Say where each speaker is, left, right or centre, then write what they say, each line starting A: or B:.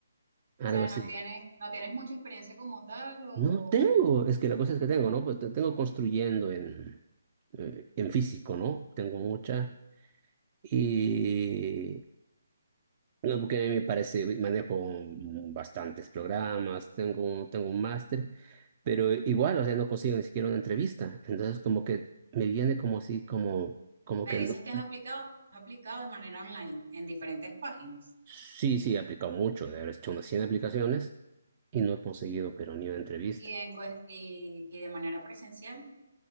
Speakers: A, on the right; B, on the right.
A: algo
B: O sea,
A: así.
B: no tienes, no tienes mucha experiencia como tal o
A: No tengo, es que la cosa es que tengo, ¿no? Pues te- tengo construyendo en, eh, en físico, ¿no? Tengo mucha. Y no, porque a mí me parece, manejo mm, bastantes programas, tengo, tengo un máster, pero igual, o sea, no consigo ni siquiera una entrevista. Entonces, como que me viene como así, como, como
B: me
A: que
B: dices
A: no.
B: que has aplicado, has aplicado de manera online en diferentes páginas
A: Sí, sí, he aplicado mucho, de haber hecho unas 100 aplicaciones y no he conseguido, pero ni una entrevista.
B: y, en cue- y, y de manera presencial.